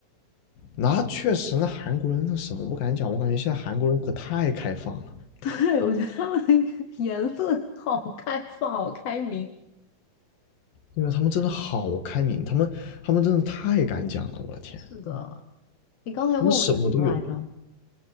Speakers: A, on the left; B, on the left.
A: 那确实，那韩国人那什么不敢讲，我感觉现在韩国人可太开放了，
B: 对，我觉得他们的言论好开放，好开明。
A: 对为他们真的好开明，他们他们真的太敢讲了，我的天，
B: 是的，你刚才问我是什么来着？
A: 他们什么都有。